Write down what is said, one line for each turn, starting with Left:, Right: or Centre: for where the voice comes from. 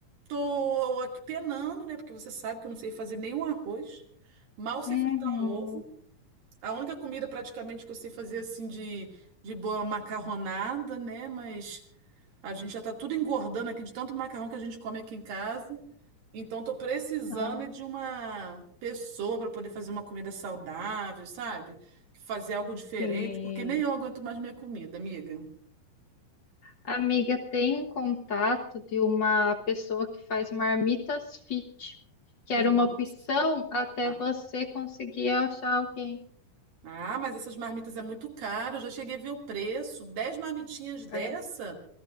Right: tô aqui penando, né, porque você sabe que eu não sei fazer nenhum arroz, mal sei
Left: Uhum.
Right: fritar um ovo. A única comida praticamente que eu sei fazer assim de, de boa macarronada, né? Mas a gente já tá tudo engordando aqui de tanto macarrão que a gente come aqui em casa. Então tô precisando
Left: Ah,
Right: é de uma pessoa para poder fazer uma comida saudável, sabe? Fazer algo diferente,
Left: sim.
Right: porque nem eu aguento mais minha comida, amiga.
Left: Amiga, tem um contato de uma pessoa que faz marmitas fit, que
Right: Nossa.
Left: era uma opção até
Right: Ah,
Left: você conseguir achar alguém.
Right: ah, mas essas marmitas é muito caro. Eu já cheguei a ver o preço. Dez marmitinhas dessa
Left: É.